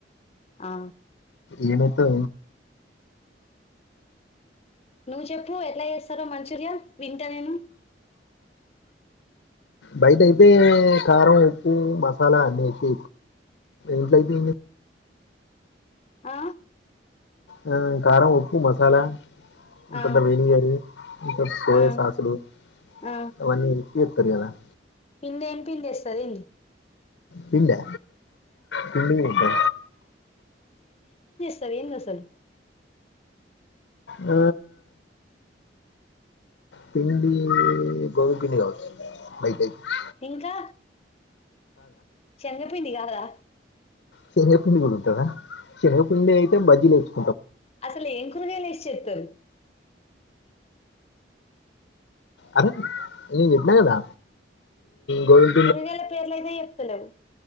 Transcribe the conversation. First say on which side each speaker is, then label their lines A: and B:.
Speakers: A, on the left; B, on the left.
A: ఆ
B: ఈమెతో
A: నువ్వు చెప్పు ఎట్లా చేస్తారో మంచూరియా వింటా నేను.
B: బయట అయితే కారం, ఉప్పు, మసాలా అన్నీ వేసి ఇంట్లో అయితే
A: ఆ
B: ఉమ్ కారం, ఉప్పు, మసాలా. ఇప్పుడు
A: ఆ
B: ఏం వేయాలి ఇంత సోయా
A: ఆ
B: సాసులు
A: ఆ
B: అవన్నీ ఇచ్ కరయణ <unintelligible>
A: పిండి ఏమి పిండి వేస్తాది.
B: పిల్లా? పిల్లేంటి?
A: అసలెందసలు
B: ఆ పిండి గరు పిడి గవ బైకాయి <unintelligible>
A: ఇంకా శనగ పిండి కాదా?
B: శనగపిండి కూడా ఉంటుదా శనగపిండి అయితే బజ్జీలు వేయొచ్చు
A: అసలు ఏం కూరగాయలు లేసి చెస్తారు
B: అరే నీ విన్నా కదా? గోధుమ
A: కూరగాయల పేర్లు అయితే చెప్తాలేవు.